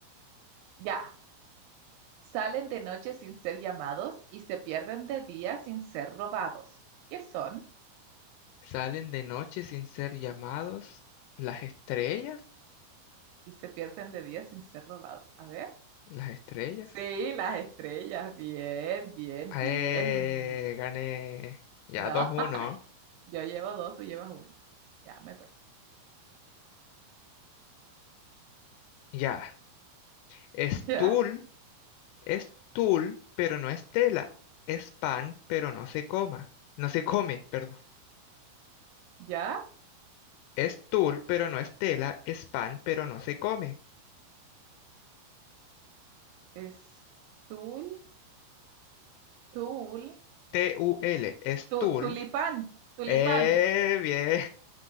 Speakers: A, on the right (about 80°); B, on the left (about 90°).
A: Ya, salen de noche sin ser llamados y se pierden de día sin ser robados. ¿Qué son?
B: Salen de noche sin ser llamados. Las estrellas.
A: Y se pierden de día sin ser robados. A ver.
B: Las estrellas.
A: Sí, las estrellas, bien, bien,
B: Eh,
A: bien.
B: gané. Ya
A: No,
B: dos uno.
A: <laughs> yo llevo dos, tú llevas uno. Ya, me toca.
B: Ya. Es
A: Ya,
B: tul. Es tul, pero no es tela. Es pan, pero no se coma. No se come, perdón.
A: ya,
B: Es tul, pero no es tela. Es pan, pero no se come.
A: es tul, tul,
B: T-U-L, es
A: tu,
B: Tul.
A: tulipán, tulipán.
B: ¡Eh, bien!